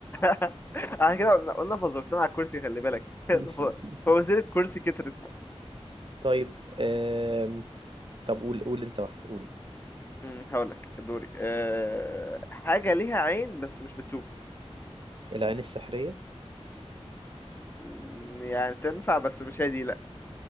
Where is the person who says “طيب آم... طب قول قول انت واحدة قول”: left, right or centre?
Right